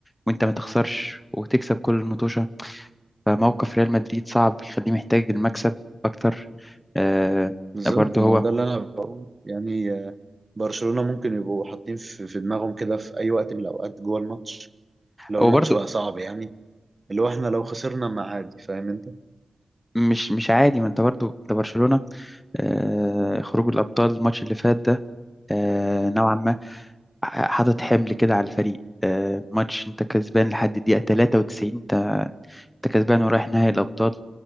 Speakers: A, on the left (about 20°); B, on the right (about 35°).
A: وأنت ما تخسرش وتكسب كل الماتش فموقف ريال مدريد صعب يخليه محتاج المكسب أكتر آه،
B: بالظبط
A: برضه
B: ما
A: هو
B: هو ده اللي أنا بقول يعني آه، برشلونة ممكن يبقوا حاطين في في دماغهم كده في أي وقت من الأوقات جوه الماتش لو
A: هو
B: الماتش
A: برضه
B: بقى صعب يعني اللي هو إحنا لو خسرنا ما عادي فاهم أنت؟
A: مش مش عادي ما انت برضه انت برشلونة آه، خروج الأبطال الماتش اللي فات ده آه، نوعا ما ح- حاطط حمل كده على الفريق آه، ماتش انت كسبان لحد الدقيقة 93 انت انت كسبان ورايح نهائي الأبطال